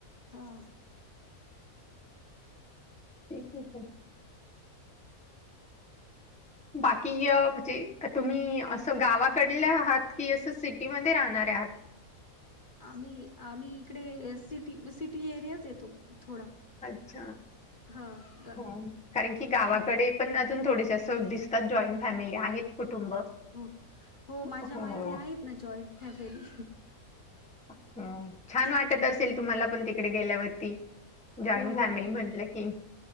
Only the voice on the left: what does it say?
हा
आम्ही -आम्ही इकडे सिटी- सिटी एरियाच येतो थोडा.
हा ग-
हा
हो -हो
माझ्या माहेरी आहेत ना जॉईट फॅमिली.
हो